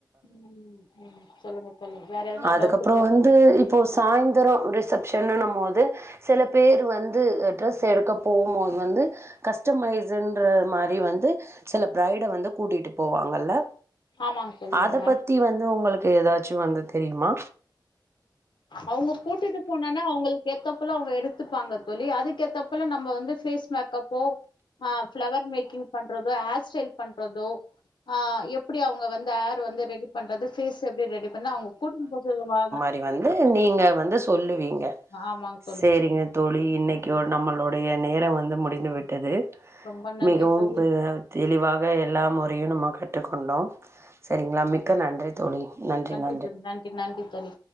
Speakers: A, on the left; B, on the right.
A: ம் ம் சொல்லுங்க தோழி வேற எதனா
B: அதுக்கப்புறோ
A: டவுட் இருக்கா
B: வந்து
A: தோழி
B: இப்போ சாய்ந்தரோ ரிசப்ஷன் இன்னம் போது சில பேரு வந்து ட்ரெஸ் எடுக்க போம் போது வந்து கஸ்டமைஸன்ற மாரி வந்து சில பிரைட வந்து கூட்டிட்டு போவாங்கல்ல
A: ஆமாங்க தோழி
B: அத
A: அவங்க
B: பத்தி வந்து உங்களுக் க்கு எதாச் ட்டு வந்து தெரியுமா
A: அவங்க கூட்டிட்டு போனனா அவங்களுக்கு ஏத்தப்பல அவங்க எடுத்துப்பாங்க தோழி அதுக்க ஏத்தப்பல நம்ம வந்து பேஸ் மேக்கப்போ ஆ ஃப்ளவர் மேக்கிங் பண்றதோ ஹேர் ஸ்டைல் பண்றதோ ஆ எப்பிடி அவங்க வந்து ஹேர் வந்து ரெடி பண்றது பேஸ் எ பிடி ரெடி பண்ண அவுங்க கூட்டுன் போ சொல்லு வா
B: இப்பிடி வந்து நீங்க வந்து சொல்லுவீங்க
A: ஆமாங்க தோழி
B: சேரிங்க தோழி இன்னிக்கு
A: ம்
B: நம்மளோடை எ நேரோ வந்து முடிந்து விட்டது
A: ரொம்ப நன்றி
B: மிகவு
A: தோழி
B: பி தெளிவாக எல்லாம் முறையு நம கட் ட்டு கொண்டோ சேரிங்களா மிக் க்க நன்றி தோழி நன்றி
A: இதுக் நன்றி நன்றி தனி